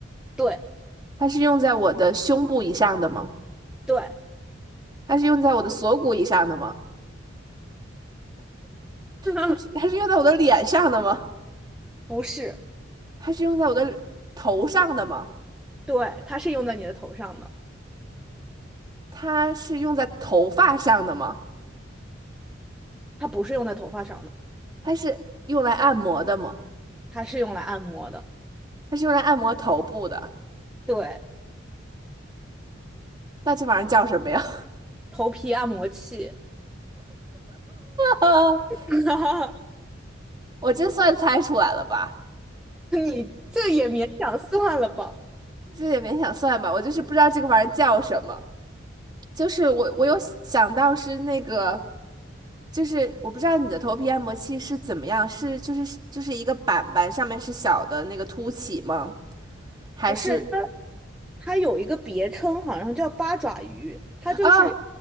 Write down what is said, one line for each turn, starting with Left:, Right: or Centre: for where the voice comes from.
Centre: 对
Right: 它是用在我的胸部以上的吗？
Centre: 对，
Right: 它是用在我的锁骨以上的吗？
Centre: <laughs>
Right: 它是它是用在我的脸上的吗？
Centre: 不是，
Right: 它是用在我的头上的吗？
Centre: 对，它是用在你的头上的，
Right: 它是用在头发上的吗？
Centre: 它不是用在头发上的，
Right: 它是用来按摩的吗？
Centre: 它是用来按摩的，
Right: 它是用来按摩头部的？
Centre: 对，
Right: 那这玩意儿叫什么呀？
Centre: 头皮按摩器，
Right: <laughs>
Centre: <laughs>
Right: 我真算猜出来了吧？
Centre: 你这也勉强算了吧？
Right: 这也勉强算吧，我就是不知道这个玩意儿叫什么。就是我我有想到是那个就是我不知道你的头皮按摩器是怎么样，是就是是就是一个板板上面是小的那个凸起吗？还是
Centre: 不是，它它有一个别称，好像叫八爪鱼，它就是
Right: 哦，